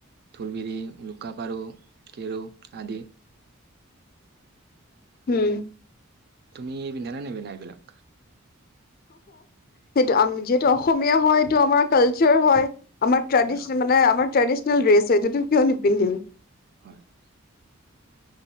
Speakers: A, on the right (about 50°); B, on the left (about 45°).
A: ধুলবিৰি, লুকা-পাৰু, কেৰু আদি।
B: উম
A: তুমি <unintelligible> এইবিলাক
B: সেইটো আম যিহেতু অসমীয়া হয় সেইটো আমাৰ কাল চাৰ হয়। আমাৰ ট্ৰেডিচনেল
A: হয়
B: মানে আমাৰ ট্ৰেডিচনল ড্ৰেছ সেইটো টো কিয় নিপিন্ধিম।
A: হয় -